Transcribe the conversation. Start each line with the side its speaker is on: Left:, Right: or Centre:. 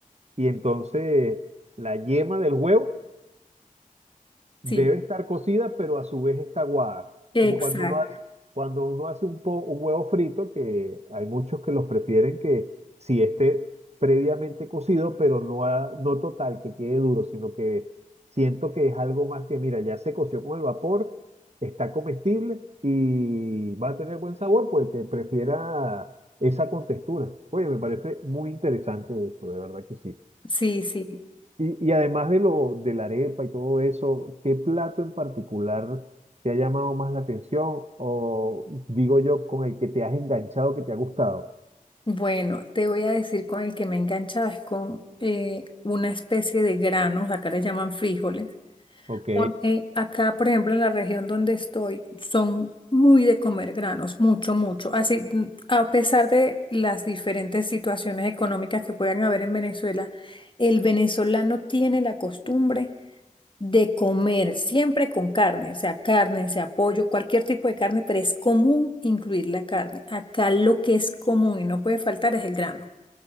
Right: y entonces la yema del huevo Debe
Left: sí.
Right: estar cocida, pero a su vez está aguada.
Left: Exacto.
Right: Como cuando uno hace, cuando uno hace un, po- un huevo frito, que hay muchos que los prefieren que si esté previamente cocido, pero no, a- no total, que quede duro, sino que siento que es algo más que, mira, ya se coció con el vapor, está comestible y va a tener buen sabor, pues que prefiera esa contextura. Oye, me parece muy interesante eso, de verdad que sí.
Left: Sí, sí.
Right: Y, y además de lo de la arepa y todo eso, ¿qué plato en particular te ha llamado más la atención? O digo yo, con el que te has enganchado, que te ha gustado.
Left: Bueno, te voy a decir con el que me he enganchado es con eh, una especie de granos, acá le llaman frijoles,
Right: Ok,
Left: porque acá, por ejemplo, en la región donde estoy, son muy de comer granos, mucho, mucho. Así, mm, a pesar de las diferentes situaciones económicas que puedan haber en Venezuela, el venezolano tiene la costumbre de comer siempre con carne, o sea, carne, sea pollo, cualquier tipo de carne, pero es común incluir la carne. Acá lo que es común y no puede faltar es el grano.